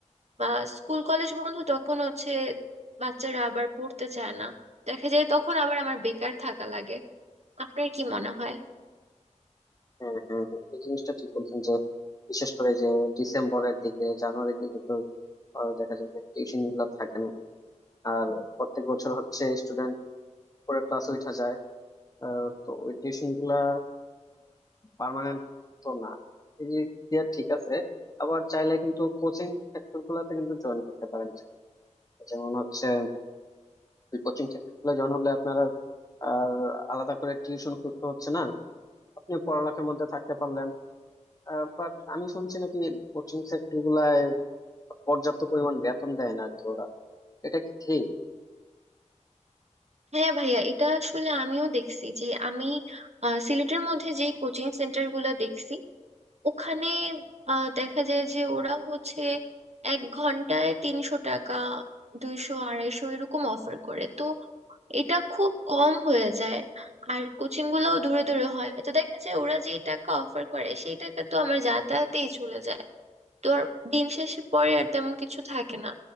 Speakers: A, on the right; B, on the left.
A: বা স্কুল কলেজ বন্ধ তখন হচ্ছে বাচ্চারা আবার পড়তে চায় না দেখা যায় তখন আবার আমার বেকার থাকা লাগে আপনার কি মনে হয়
B: হ্যাঁ হ্যাঁ হ্যাঁ, এই জিনিসটা ঠিক বলছেন যে বিশেষ করে যে ডিসেম্বরের দিকে জানুয়ারির দিকে তো আহ, দেখা যায় যে টিউশন গুলা থাকে না আর প্রত্যেক বছর হচ্ছে স্টুডেন্ট পরে ক্লাস উঠা যায় আহ, তো ওই টিউশন গুলা পার্মানেন্ট তো না এই দিক দিয়ে ঠিক আছে আবার চাইলে কিন্তু কোচিং সেক্টর গুলাতে কিন্তু জয়েন করতে পারেন চাইলে। যেমন হচ্ছে কোচিং সেক্টর গুলো জয়েন হলে আপনারা আর আর আলাদা করে টিউশন করতে হচ্ছে না আপনি পড়ালেখার মধ্যে থাকতে পারলেন বাট আমি শুনছি নাকি কোচিং সেক্টর গুলায় পর্যাপ্ত পরিমাণ বেতন দেয় না আর কি ওরা এটা কি ঠিক
A: হ্যাঁ ভাইয়া এটা আসলে আমিও দেখছি যে আমি আহ, সিলেটের মধ্যে যে কোচিং সেন্টার গুলা দেখছি ওখানে আহ, দেখা যায় যে ওরা হচ্ছে এক ঘন্টায় তিনশো টাকা দুইশো আড়াইশো এরকম অফার করে তো এটা খুব কম হয়ে যায় আর কোচিং গুলোও দূরে দূরে হয় তো দেখা যায় ওরা যেই টাকা অফার করে সেই টাকা তো আমার যাতায়াতেই চলে যায় তো আর দিন শেষে পরে আর তেমন কিছু থাকে না